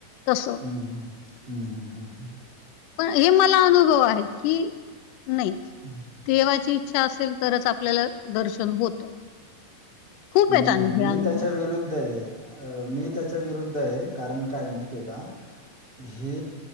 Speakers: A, on the left; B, on the right.
A: तसं
B: हम् हम्म हम् हम्म
A: पण हे मला अनुभव आहेत की, नाही
B: हं.
A: देवाची इच्छा असेल तरच आप आपल्याला दर्शन होतं खूप
B: नाय
A: आहेत आणि
B: मी
A: हे अनुभव.
B: त्याच्या विरुद्धय अं मी त्याच्या विरुद्ध, कारण काय माहितीये का? हे